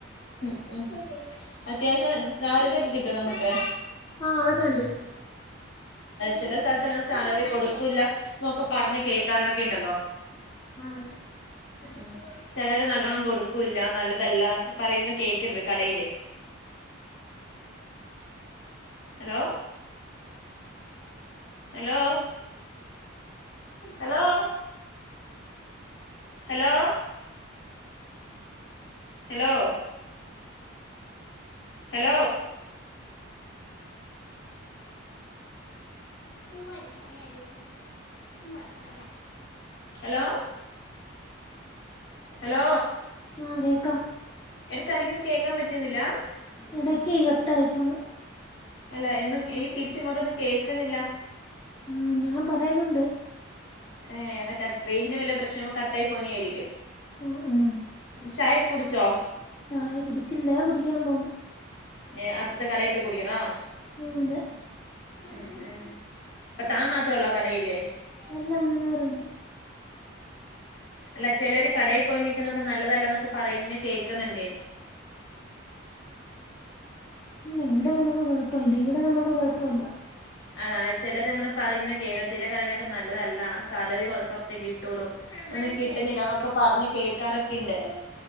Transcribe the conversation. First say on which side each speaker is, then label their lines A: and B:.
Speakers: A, on the left; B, on the left.
A: ഉം ഉ അത്യാവശ്യം സാരരി ഒക്കെ കിട്ടോ നമുക്ക്
B: ആഹ് അതൊക്കെ ഉണ്ട്
A: ഉം ചില സ്ഥലത്തോക്കെ സാലറി കൊടുക് ക്കൂല്ല എന്നൊക്കെ പറഞ്ഞു കേക്കാറൊക്കെ ഉണ്ടല്ലോ
B: ആഹ് അതെ
A: ഉം ചിലവരെ നല്ലോണ്ണം കൊടുക്കൂല്ല നല്ലതല്ലാ എന്നൊക്കെ പറയുന്ന കേക്കണ്ട് കടയില് hello hello hello hello hello hello <unintelligible> hello hello
B: ആ കേക്കാം
A: തനിക്കൊന്നും കേക്കാൻ പറ്റുന്നില്ല
B: ഇടയ്ക്കെ കട്ടായി പോന്നു
A: അല്ല എന്നും എനിക്ക് തിരിച്ചിങ്ങോട്ടൊന്നും കേക്കുന്നില്ല
B: ആ ഞാൻ പറയുന്നുണ്ട്
A: ഏ എന്നിട്ടാ റേഞ്ച് വല്ല പ്രശ്നം കട്ടായി പോന്നയാരിക്കും
B: ആ ആ
A: ഉ ചായൊക്കെ കുടിച്ചോ ച്ചോ
B: ചായ കുടിച്ചില്ല കുടിക്കാൻ പോന്നു
A: ഏ അപ്പറത്തെ കടെ പോയി കുടിക്കണോ
B: ആഹ് അതെ
A: ഉ ഉം അപ്പ താ മാത്രേ ഉള്ളോ കടെലെ
B: അല്ല മൂന്നു പേരുണ്ട്
A: അല്ല ചിലരെ കടെ പോയി നിക്കുന്നന്നൊക്കെ പോയി നല്ലതല്ലന്നൊക്കെ പറയുന്ന കേക്കുന്നുണ്ടേ
B: ഇല്ല ഇവിടെ നമുക്ക് കൊഴപ്പമില്ല ഇവിടെ നമുക്ക് കൊഴപ്പമില്ല
A: ആ ആണേ ചിലരങ്ങനെ പറയുന്ന കേക്കാം ചില കടയിലൊക്കെ നല്ലതല്ല സാലറി കു കുറച്ചേ കിട്ടുള്ളൂ ഒന്നും കിട്ടുന്നില്ല എന്നൊക്കെ പറഞ്ഞ് കേൾക്കാറൊക്കെ ഇണ്ട്